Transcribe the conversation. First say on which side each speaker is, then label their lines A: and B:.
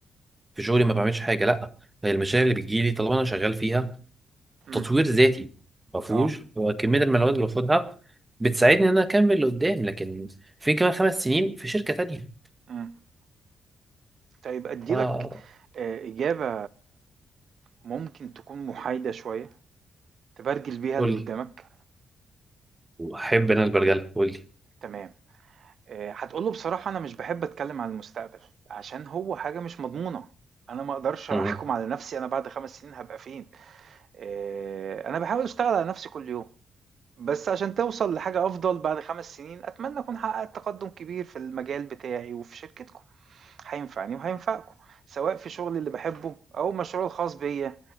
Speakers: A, on the right; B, on the right.
A: في شغلي ما بعملش حاجة لأ هي المشاريع اللي بتجيلي طالما أنا شغال فيها
B: امم
A: تطوير ذاتي ما فيهوش
B: اه
A: هو كمية المعلومات اللي باخدها بتساعدني إن أنا أكمل لقدام لكن فين كمان خمس سنين في شركة تانية
B: امم طيب اديلك
A: آه
B: آه، اجابة ممكن تكون محايدة شوية تبرجل بيها
A: قول
B: اللي
A: لي
B: قدامك
A: احب انا البرجله قول لي
B: تمام آه، هتقوله بصراحة انا مش بحب اتكلم عن المستقبل عشان هو حاجة مش مضمونة انا ما اقدرش احكم
A: مم.
B: على نفسي انا بعد خمس سنين هبقى فين آه، انا بحاول اشتغل على نفسي كل يوم بس عشان توصل لحاجة أفضل بعد خمس سنين أتمنى أكون حققت تقدم كبير في المجال بتاعي وفي شركتكم هينفعني وهينفعكم سواء في شغلي اللي بحبه أو مشروع الخاص بيا